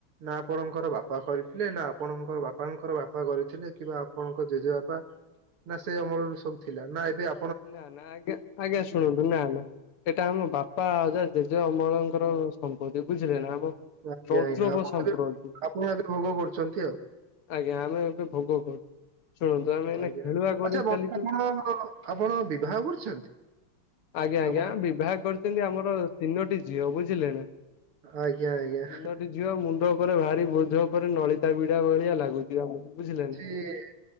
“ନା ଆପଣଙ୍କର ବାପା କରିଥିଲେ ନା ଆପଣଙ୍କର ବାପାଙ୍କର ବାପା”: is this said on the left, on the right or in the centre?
Right